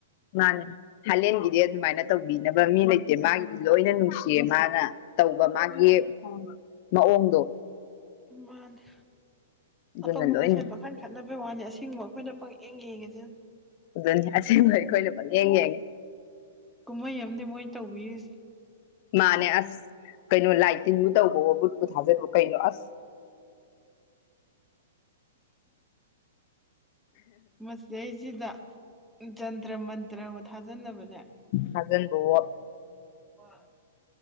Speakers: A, on the left; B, in the centre.
A: ꯃꯥꯅ ꯊꯥꯏꯂꯦꯟꯒꯤꯗꯤ ꯑꯗꯨꯃꯥꯏꯅ ꯇꯧꯕꯤꯅꯕ ꯃꯤ ꯂꯩ ꯦ ꯃꯥꯒꯤꯗꯤ ꯂꯣꯏꯅ ꯅꯨꯡꯁꯤꯌꯦ ꯃꯥꯅ ꯇꯧꯕ ꯃꯥꯒꯤ ꯃꯑꯣꯡꯗꯣ
B: ꯃꯥꯗ
A: ꯑꯗꯨꯅ
B: ꯑꯄꯪꯕ
A: ꯂꯣꯏ
B: ꯃꯁꯦꯟ ꯄꯥꯈꯜ ꯈꯠꯅꯕꯩ ꯋꯥꯅꯤ ꯑꯁꯤꯡꯕ ꯑꯩꯈꯣꯏꯅ ꯄꯪꯌꯦꯡ ꯌꯦꯡꯉꯁꯦ
A: ꯑꯗꯨꯅꯦ ꯑꯁꯤꯡꯕ ꯑꯩꯈꯣꯏꯅ ꯄ ꯌꯦꯡ ꯌꯦꯡꯉꯦ
B: ꯀꯨꯝꯍꯩ ꯑꯃꯗꯤ ꯃꯣꯏ ꯇꯧꯕꯤꯔꯤꯁꯦ
A: ꯃꯥꯅꯦ ꯑꯁ ꯀꯩꯅꯣ ꯂꯥꯏꯇꯤꯟꯕꯨ ꯇꯧꯕꯣ ꯕꯨꯨꯠꯄꯨ ꯊꯥꯖꯤꯟꯕꯨ ꯀꯩꯅꯣ ꯑꯁ
B: ꯃꯁꯤ ꯑꯩꯁꯤꯗ ꯖꯟꯇ꯭ꯔ ꯃꯟꯇ꯭ꯔꯕꯨ ꯊꯥꯖꯟꯅꯕꯅꯦ
A: ꯊꯥꯖꯟꯕꯋꯣ
B: ꯀꯋꯥ